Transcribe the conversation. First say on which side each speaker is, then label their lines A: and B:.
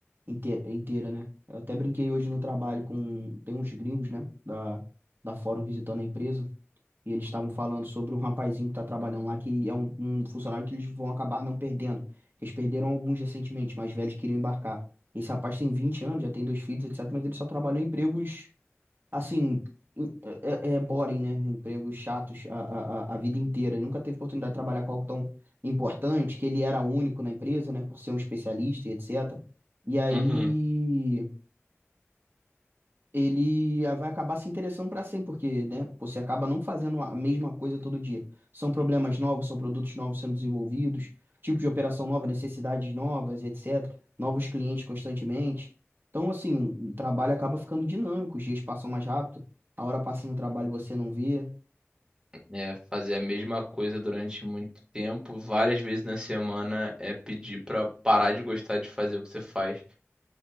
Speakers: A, on the right; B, on the right.
A: inte- inteira, né? Eu até brinquei hoje no trabalho com, tem uns gringos, né, da, da Fórum visitando a empresa. E eles estavam falando sobre um rapazinho que está trabalhando lá, que é um, um funcionário que eles vão acabar não perdendo. Eles perderam alguns recentemente, mas velhos queriam embarcar. Esse rapaz tem 20 anos, já tem dois filhos, etc. Mas ele só trabalhou em empregos, assim, em- é, é é boring, né? Empregos chatos a, a, a a vida inteira. Ele nunca teve oportunidade de trabalhar com algo tão importante, que ele era único na empresa, né? Por ser um especialista e etc. E aí
B: Uhum.
A: ele vai acabar se interessando para sempre, porque, né, você acaba não fazendo a mesma coisa todo dia. São problemas novos, são produtos novos sendo desenvolvidos, tipo de operação nova, necessidades novas, etc. Novos clientes constantemente. Então, assim, o trabalho acaba ficando dinâmico, os dias passam mais rápido, a hora passa no trabalho e você não vê.
B: É, fazer a mesma coisa durante muito tempo, várias vezes na semana, é pedir pra parar de gostar de fazer o que você faz.